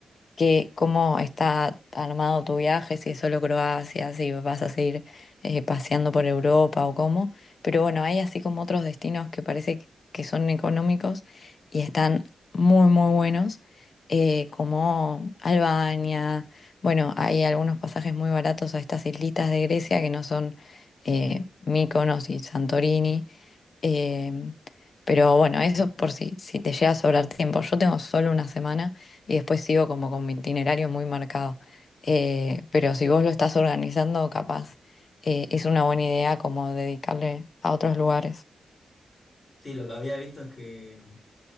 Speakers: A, on the left (about 45°); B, on the left (about 30°).
A: que cómo está armado tu viaje, si es solo Croacia, si vas a seguir eh, paseando por Europa o cómo. Pero bueno, hay así como otros destinos que parece que que son económicos y están muy, muy buenos, eh, como Albania. Bueno, hay algunos pasajes muy baratos a estas islitas de Grecia que no son eh, Mykonos y Santorini. Eh, pero bueno, eso por si, si te llega a sobrar tiempo. Yo tengo solo una semana y después sigo como con mi itinerario muy marcado. Eh, pero si vos lo estás organizando, capaz eh, es una buena idea como dedicarle a otros lugares.
B: Sí, lo que había visto es que